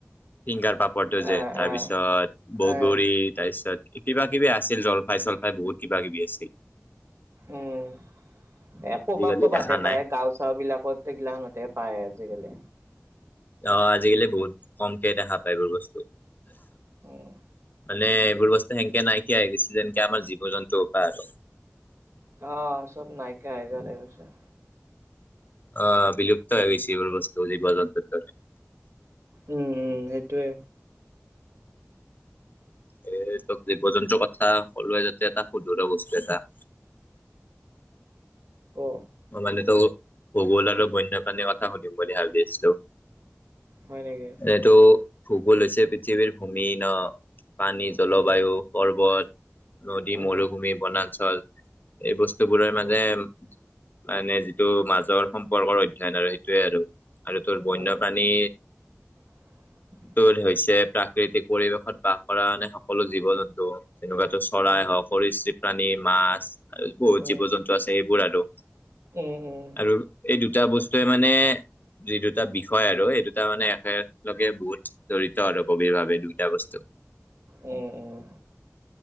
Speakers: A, on the left (about 40°); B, on the right (about 65°).
A: ফিংগাৰ পাপৰ ফটো
B: আহ
A: যে, তাৰপিছত
B: আহ
A: বগৰী,
B: আহ
A: তাৰপিছত কিবা কিবি আছিল জলফাই চলফাই বহুত কিবা কিবি আছিল।
B: উম্, এ
A: আজিকালি
B: ক'বাত ক'বাতহে
A: দেখা
B: পায়,
A: নাই
B: গাঁও গাঁও বিলাকত এই গিলাখনত হে পায় আজিকালি।
A: অ', আজিকালি বহুত কমকে দেখা পায়, এই বোৰ বস্তু।
B: উম
A: মানে এইবোৰ বস্তু সেনেকে নাইকিয়া হৈ গৈছে, যেনকে আমাৰ জীৱ জন্তুৰ পৰা আৰু,
B: অ', চব নাইকিয়া হৈ যোৱা গৈছে।
A: অ', বিলুপ্ত হৈ গৈছে, এইবোৰ বস্তু, জীৱ জন্তুবোৰ।
B: উম্, উম্ সেইটোয়ে।
A: এ তোক জীৱ জন্তুৰ কথা, ক'লোৱে যেতিয়া এটা সোধো ৰ বস্তু এটা।
B: ক'
A: মানে তো ভূগোল আৰু বন্য প্ৰাণীৰ কথা সুধিম বুলি ভাবি আছিলোঁ।
B: হয় নেকি
A: এইটো ভূগোল হৈছে পৃথিৱীৰ ভূমি ন। পানী, জলবায়ু,
B: উম
A: পৰ্বত নদী
B: উম
A: মৰুভূমি বনাঞ্চল এই বস্তুবোৰে
B: উম
A: মানে- মানে যিটো মাজৰ সম্পৰ্কৰ অধ্যয়ন আৰু সেইটোয়ে আৰু, আৰু তোৰ বন্যপ্ৰাণী
B: উম <unintelligible>
A: ত' হৈছে প্ৰাকৃতিক পৰিৱেশত বাস কৰা মানে সকলো জীৱ-জন্তু তেনেকুৱাতো চৰাই
B: উম
A: হওঁক সৰীসৃপ প্ৰাণী মাছ বহুত
B: উম
A: জীৱ-জন্তু আছে এইবোৰ আৰু
B: উম, উম
A: আৰু এই দুটা বস্তুৱে মানে যি দুটা বিষয় আৰু সেই দুটা মানে একেলগে বহুত জৰি়ত আৰু গভিৰ ভাৱে দুইটা বস্তু।
B: উম, উম।